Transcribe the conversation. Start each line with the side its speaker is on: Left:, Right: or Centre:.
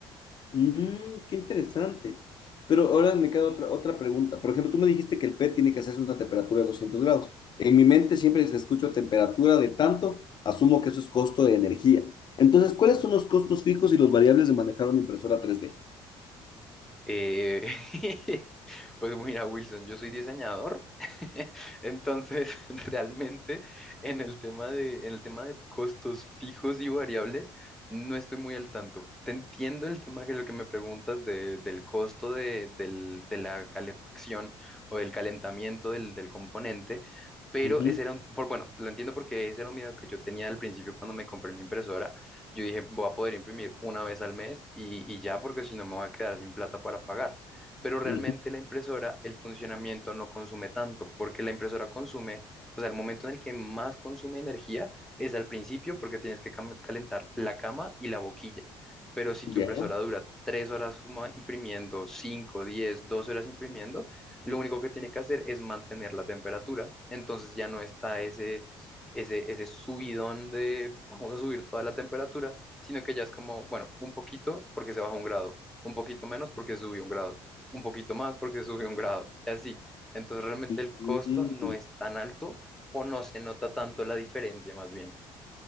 Left: Mm, qué interesante. Pero ahora me queda otra, otra pregunta. Por ejemplo, tú me dijiste que el PET tiene que hacerse una temperatura de 200 grados. En mi mente siempre se escucha temperatura de tanto, asumo que eso es costo de energía. Entonces, ¿cuáles son los costos fijos y los variables de manejar una impresora tres d
Centre: Eh, <laughs> pues mira, Wilson, yo soy diseñador, <laughs> entonces <laughs> realmente en el tema de, en el tema de costos fijos y variables no estoy muy al tanto. Te entiendo el tema que lo que me preguntas de, del costo de, del- de la calefacción o del calentamiento del, del componente, pero
Left: Ujú,
Centre: ese era un, por, bueno, lo entiendo porque ese era un miedo que yo tenía al principio cuando me compré mi impresora yo dije, voy a poder imprimir una vez al mes y, y ya, porque si no me voy a quedar sin plata para pagar. Pero realmente
Left: ujú,
Centre: la impresora, el funcionamiento no consume tanto, porque la impresora consume, o sea, el momento en el que más consume energía es al principio, porque tienes que cam- calentar la cama y la boquilla. Pero si
Left: ya.
Centre: tu impresora dura tres horas como imprimiendo, cinco, diez, 12 horas imprimiendo, lo único que tiene que hacer es mantener la temperatura. Entonces ya no está ese, ese, ese subidón de vamos a subir toda la temperatura, sino que ya es como, bueno, un poquito porque se baja un grado, un poquito menos porque subió un grado, un poquito más porque subió un grado, y así. Entonces realmente
Left: Mm,
Centre: el costo no es tan alto o no se nota tanto la diferencia más bien.